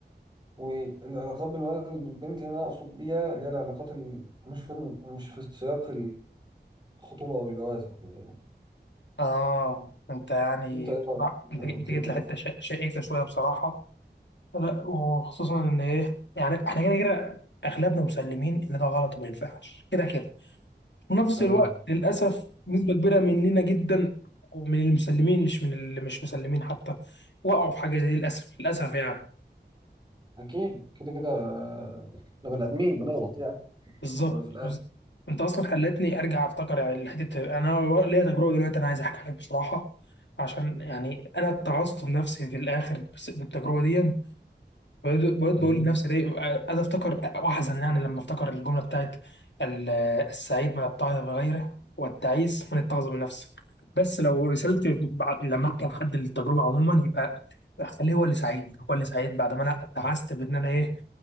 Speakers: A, on the right; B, on the left.
A: والعلاقات بين الولد والبنت هنا أقصد بيها اللي هي العلاقات اللي مش في مش في سياق الخطوبة أو الجواز أو كده يعني
B: آه أنت يعني
A: أنت إيه
B: بصراحة-
A: رأيك
B: أنت
A: أو
B: أنت
A: كده
B: جيت لحتة
A: أو
B: شا- شائكة شوية بصراحة لا، وخصوصا إن إيه يعني إحنا كده كده أغلبنا مسلمين إن ده غلط وما ينفعش كده كده في نفس
A: تمام
B: الوقت للأسف نسبة كبيرة مننا جدا ومن المسلمين مش من اللي مش مسلمين حتى وقعوا في حاجة زي دي للأسف للأسف يعني
A: أكيد كده كده آه، إحنا بني آدمين بنغلط يعني
B: بالظبط
A: في الأول وفي الآخر
B: بز- انت اصلا خلتني ارجع افتكر يعني الحته انا ليا تجربه دلوقتي انا عايز احكي لك بصراحه عشان يعني انا اتعظت بنفسي في الاخر بس- بالتجربه دي بقيت بقيت
A: يعني
B: بقول لنفسي دي قاعد افتكر واحزن يعني لما افتكر الجمله بتاعت ال- السعيد من التعظ بغيره والتعيس من التعظ بنفسه بس لو رسلت بعد- لما احكي لحد التجربه عموما يبقى خليه هو اللي سعيد هو اللي سعيد بعد ما انا اتعست بان انا ايه